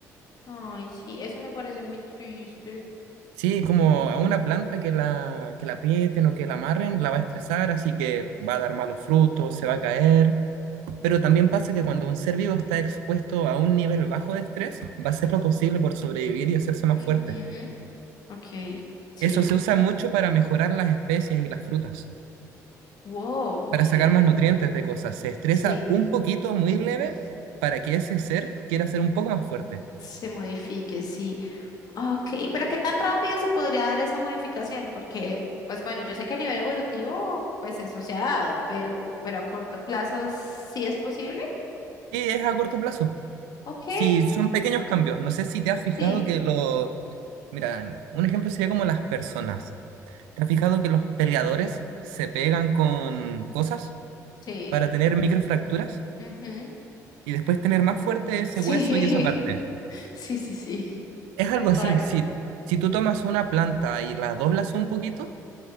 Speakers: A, on the left (about 55°); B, on the right (about 80°).
A: Ay, sí, eso me parece muy triste.
B: Sí, como a una planta que la, que la aprieten o que la amarren, la va a estresar, así que va a dar malos frutos, se va a caer. Pero también pasa que cuando un ser vivo está expuesto a un nivel bajo de estrés, va a hacer lo posible por sobrevivir y hacerse más
A: Ujú,
B: fuerte.
A: Ok, sí.
B: Eso se usa mucho para mejorar las especies y las frutas,
A: Wow, ok.
B: para sacar más nutrientes de cosas. Se estresa
A: Sí,
B: un poquito, muy leve, para que ese ser quiera ser un poco más fuerte.
A: se modifique, sí. Ok, pero ¿qué tan rápido se podría dar esa modificación? Porque, pues bueno, yo sé que a nivel evolutivo, pues eso se ha dado, pero, pero a corto plazo sí es posible.
B: Sí, es a corto plazo.
A: Ok,
B: Sí, son pequeños cambios. No sé si te has fijado
A: sí,
B: que los Mira, un ejemplo sería como las personas. ¿Te has fijado que los peleadores se pegan con cosas
A: sí.
B: para tener microfracturas
A: ujú,
B: y después tener más fuerte ese
A: Sí,
B: hueso y esa parte?
A: <laughs> sí, sí, sí.
B: Es algo
A: Tal
B: así.
A: cual.
B: Si, si tú tomas una planta y la doblas un poquito,